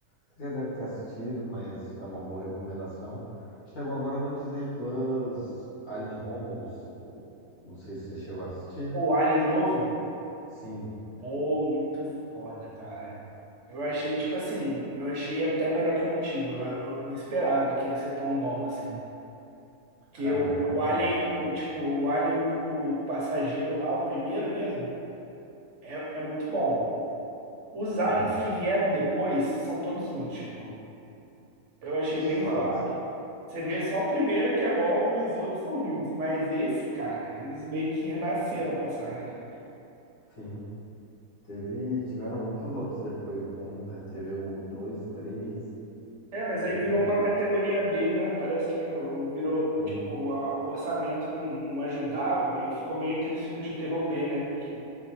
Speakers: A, on the left; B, on the right.
A: você já deve ter assistido, mas é uma boa recomendação. Chegou agora no Disney Plus, Alien Romulus. O- Não sei se você chegou a assistir.
B: O Alien novo?
A: Sim,
B: Pô, muito foda, cara. Eu achei, tipo assim, eu achei até melhor que o antigo. Eu, eu não esperava que ia ser tão bom assim. Que
A: cara,
B: o,
A: realmente.
B: o Alien, o tipo, o Alien, o, o passageiro lá, o primeiro mesmo, é, é muito bom. Os
A: Sim,
B: aliens que vieram depois são todos ruins, tipo, eu achei
A: de
B: bem
A: fato.
B: zoado.
A: <laughs>
B: Você vê só o primeiro que é bom e os outros são ruins, mas esse, cara, eles meio que renasceram com a saga, né?
A: Sim. Teve, tiveram muitos outros depois do um, né? Teve o dois, três,
B: É, mas
A: teve
B: aí virou
A: o.
B: uma categoria B, né? Parece que o- virou,
A: Sim,
B: tipo, a- o orçamento não, não ajudava e ficou meio aquele filme de terror B, né? que